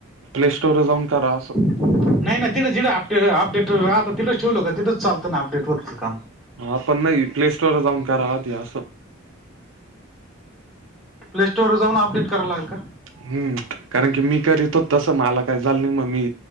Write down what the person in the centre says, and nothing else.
नाहीं नाहीं तिथं जिं अप अपडेट राहतं तिंच ठेवलं कां तिचं चालतं नां अपडेट वरचं कामं
प्ले स्टोरवर जाऊं अपडेट करावं लागलं कां.